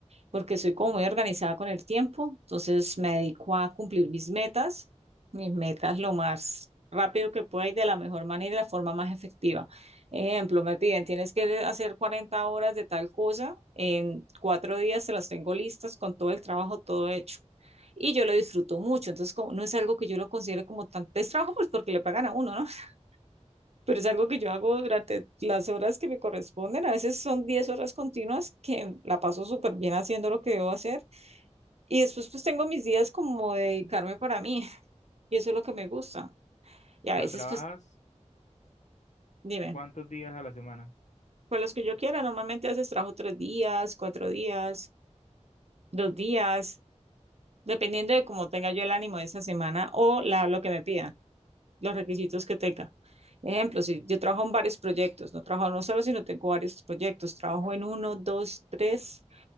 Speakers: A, on the right (about 60°); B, on the left (about 75°).
A: porque soy como muy organizada con el tiempo, entonces me dedico a cumplir mis metas, mis metas lo más rápido que pueda y de la mejor manera y de la forma más efectiva. Ejemplo, me piden, tienes que hacer 40 horas de tal cosa, en cuatro días se las tengo listas con todo el trabajo, todo hecho. Y yo lo disfruto mucho, entonces como, no es algo que yo lo considere como tan, es trabajo pues porque le pagan a uno, ¿no? <laughs> Pero es algo que yo hago durante las horas que me corresponden, a veces son 10 horas continuas que la paso súper bien haciendo lo que debo hacer y después pues tengo mis días como de dedicarme para mí <laughs> y eso es lo que me gusta. Y a
B: sea,
A: veces
B: trabajas
A: pues dime,
B: ¿Cuántos días a la semana?
A: pues los que yo quiera, normalmente a veces trabajo tres días, cuatro días, dos días, dependiendo de cómo tenga yo el ánimo de esa semana o la, lo que me pidan, los requisitos que tenga. Ejemplo, si yo trabajo en varios proyectos, no trabajo no solo, sino tengo varios proyectos, trabajo en uno, dos, tres,